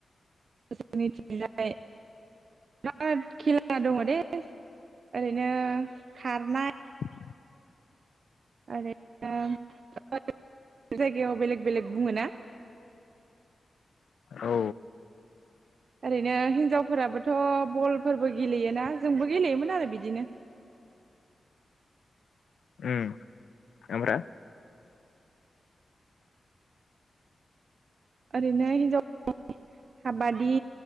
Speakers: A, on the right; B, on the left.
A: जोंनिथिंजाय बिराद खेला दङ दे ओरैनो खारनाय
B: <inaudible>
A: आरैनो बेलेग-बेलेग जायगायाव बेलेग बेलेग बुङो ना।
B: औ।
A: ओरैनो हिनजावफोराबोथ' बल फोरबो गेलेयोना जोंबो गेलेयोमोन आरो बिदिनो
B: उम ओमफ्राय
A: ओरैनो हिनजावफोरनि खाबादि